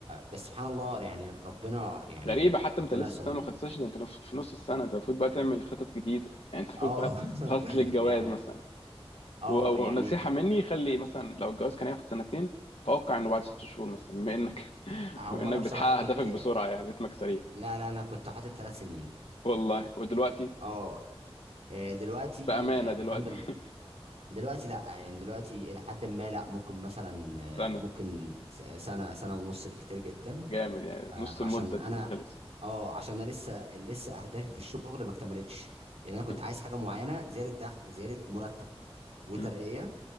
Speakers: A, on the right; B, on the left.
A: بس سبحان الله يعني ربنا يعني
B: غريبة حتى
A: ربنا
B: انت لسه
A: سم
B: السنة ما خلصتش ده انت نف- في نص السنة انت المفروض بقى تعمل خطط جديدة يعني انت المفروض
A: اه
B: بقى تخطط
A: <laughs>
B: للجواز
A: يعني
B: مثلا
A: اه
B: و-
A: يعني
B: ونصيحة
A: دي
B: مني خلي مثلا لو الجواز كان هياخد سنتين توقع انه بعد ست شهور مثلا بما انك <laughs>
A: هو
B: بما انك
A: انا بصراحه
B: بتحقق
A: كنت
B: اهدافك بسرعة يعني رتمك سريع
A: لا لا انا كنت حاطط ثلاث سنين
B: والله ودلوقتي
A: اه آه، دلوقتي
B: بأمانة
A: آه،
B: دلوقتي
A: بالحمد لله دلوقتي لا يعني دلوقتي الى حد ما لا ممكن مثلا
B: <laughs> سنة
A: آه، ممكن س- سنه سنه ونص بكتير جدا
B: جامد يعني
A: آه،
B: نص المدة
A: عشان انا
B: خلص
A: اه عشان انا لسه لسه اهدافي في الشغل ما اكتملتش يعني انا كنت
B: مم.
A: عايز حاجه معينه زياده دخل زياده مرتب وترقيه
B: مم.